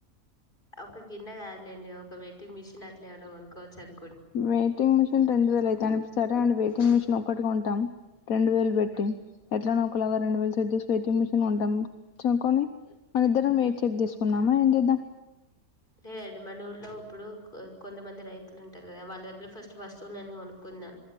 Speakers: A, on the left; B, on the left.
A: ఒక గిన్నె కాదులేండి ఒక వెయిట్టింగ్ మిషన్ అట్లే ఏమన్నాో కొనుక్కకోవచ్చు చదు
B: వెయిటింగ్ మిషన్ రెండు వేల అయితే అని సరే అండి వెయిటింగ్ మిషిన్ ఒక్కటిగా ఉంటాం రెండు వేలు పెట్ ఎట్లా వరం రెండు వేలు సెట్ చేసి పెట్టు ఉంటాం చూకొని మన ఇద్దరం చెక్ తీసుకుందమా ఏం చేద్దాం
A: లేదండి మన ఊళ్లో ఇప్పుడు కొంతమంది రైతులుంటారు కద వాళ్ళ దగ్గర ఫస్ట్ వస్తువులని కొనుక్కుందాం